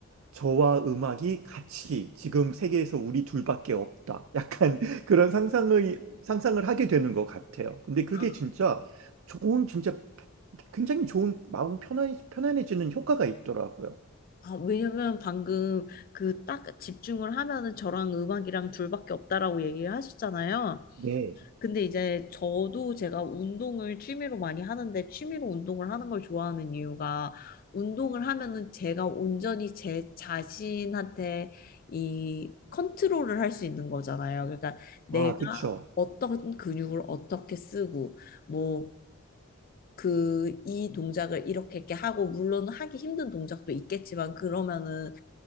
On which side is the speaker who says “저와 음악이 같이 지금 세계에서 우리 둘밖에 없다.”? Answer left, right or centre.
Right